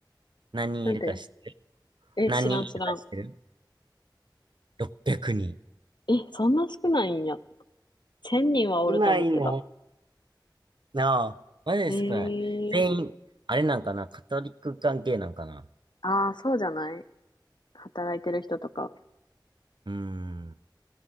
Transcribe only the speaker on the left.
なんてえ、
知らん知らん。
え、そんな少ないんや。千人はおると思ってた。
ええー
ああー、そうじゃない働いてる人とか。